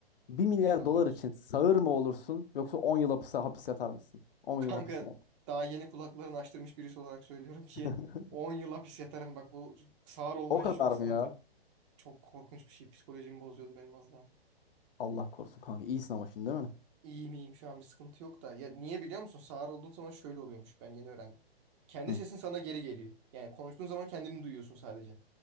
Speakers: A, on the left; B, on the right.
A: Bir milyar
B: Kaç tane
A: dolar
B: daha olsun.
A: için sağır mı olursun yoksa on yıl hapis, hapis yatar mısın?
B: <laughs>
A: 10
B: Kanka
A: yıl hapis mi yat?
B: daha yeni kulaklarını açtırmış birisi olarak söylüyorum ki
A: <laughs>
B: 10 yıl hapis yatarım bak bu sağır olma
A: O
B: işi
A: kadar
B: çok sıkıntı.
A: mı ya?
B: Çok korkunç bir şey psikolojimi bozuyordu benim az daha.
A: Allah korusun kanka. İyisin ama şimdi değil mi?
B: İyi miyim şu an bir sıkıntı yok da. Ya niye biliyor musun? Sağır olduğun zaman şöyle oluyormuş ben yeni öğrendim. Kendi
A: Hı.
B: sesin sana geri geliyor. Yani konuştuğun zaman kendini duyuyorsun sadece.